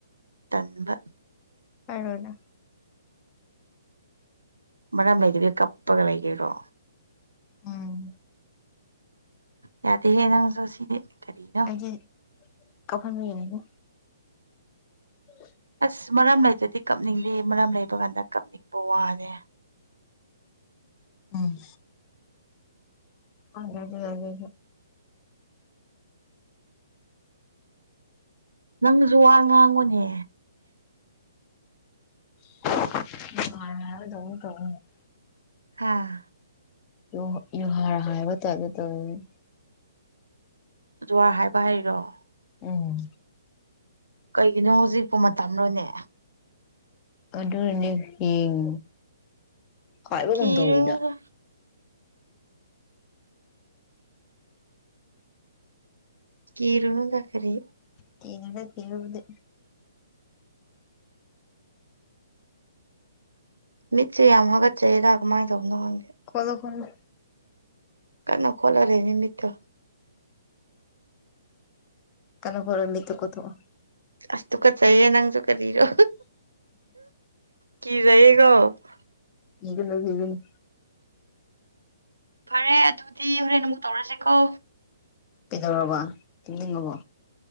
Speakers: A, on the right (about 80°); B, on the left (about 25°).
A: ꯇꯟꯕ
B: ꯀꯔꯣꯅ
A: ꯃꯔꯝ ꯂꯩꯇꯕꯤꯗ ꯀꯄꯄꯒ ꯂꯩꯒꯦꯔꯣ꯫
B: ꯎꯝ
A: ꯌꯥꯗꯍꯦ ꯅꯪꯁꯨ ꯑꯁꯤꯗꯤ ꯀꯔꯤꯅꯣ ꯫
B: <unintelligible> <inaudible>
A: ꯑꯁ ꯃꯔꯝ ꯂꯩꯇꯗꯤ ꯀꯞꯅꯤꯡꯗꯦ ꯃꯔꯝ ꯂꯩꯕ ꯀꯥꯟꯗ ꯀꯞꯅꯤꯡꯕ ꯋꯥꯅꯦ ꯫
B: ꯎꯝ ꯈꯪꯗꯦ <unintelligible> ꯑꯗꯨ
A: ꯅꯪꯁꯨ ꯋꯥ ꯉꯥꯡꯉꯨꯅꯦ
B: <unintelligible>
A: ꯍꯥꯥ
B: ꯌꯨ ꯌꯨꯍꯔ ꯍꯥꯏꯕ ꯇꯥꯏ ꯇꯧꯋꯤ ꯫
A: ꯖꯨꯋꯥꯔ ꯍꯥꯏꯕ ꯍꯥꯏꯔꯣ ꯫
B: ꯎꯝ
A: ꯀꯩꯒꯤꯅꯣ ꯍꯧꯖꯤꯛꯄꯨ ꯃꯇꯝꯔꯣꯅꯦ
B: ꯑꯗꯨꯔꯅꯦ ꯌꯦꯡ ꯍꯥꯏꯕ
A: ꯀꯤꯔꯨꯅꯨꯗ
B: ꯀꯨꯝ ꯇꯧꯋꯤꯗ
A: ꯀꯤꯔꯨꯅꯨꯗ ꯀꯔꯤ
B: ꯀꯤꯗꯦꯗ ꯀꯤꯕꯕꯨꯗꯤ
A: ꯃꯤꯠꯁꯦ ꯌꯥꯝ ꯍꯥꯒꯠꯆꯩꯔ ꯀꯃꯥꯏꯅ ꯇꯧꯅꯣ ꯈꯪꯗꯦ ꯫
B: ꯀꯣꯂꯣ ꯐꯣꯂꯣ
A: ꯀꯟꯅ ꯈꯣꯂꯔꯦꯅꯦ ꯃꯤꯠꯇꯣ ꯫
B: ꯀꯟꯅ ꯀꯣꯠꯂꯣ ꯃꯤꯠꯇꯣ ꯀꯣꯠꯊꯣꯛꯑꯣ ꯫
A: ꯑꯁ ꯇꯨ ꯀꯠꯆꯩꯌꯦ ꯅꯪꯁꯨ ꯀꯔꯤꯔꯣ ꯀꯤꯖꯩꯌꯦꯀꯣ ꯫꯫
B: ꯀꯤꯒꯅꯨ ꯀꯤꯒꯅꯨ ꯫
A: ꯐꯔꯦ ꯑꯗꯨꯗꯤ ꯍꯣꯔꯦꯟ ꯅꯪꯕꯨ ꯇꯧꯔꯁꯦꯀꯣ
B: ꯄꯤꯗꯧꯔꯕ ꯇꯝꯅꯤꯡꯉꯕꯣ